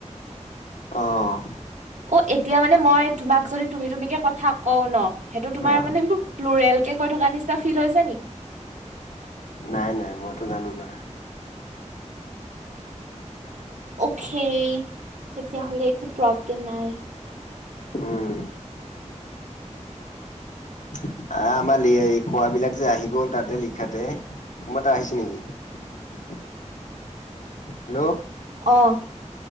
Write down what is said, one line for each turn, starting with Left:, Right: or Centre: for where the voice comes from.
Left: অহ
Right: অ' এতিয়া মানে মই তোমাক যদি তুমি তুমিকে কথা কও ন সেইটো তোমাৰ
Left: অ
Right: মানে প্ৰুৰেল কে কৈ থকা নিচিনা ফিল হৈছে নেকি?
Left: নাই-নাই মইতো জানো নাই।
Right: অকে, তেতিয়া হ'লে একো প্ৰব্লেম নাই।
Left: উম' আ, আমাৰ এই কোৱাবিলাক যে আহিব তাতে লিখাতে তোমাৰ তাত আহিছে নেকি? হেল্ল'
Right: অ'হ,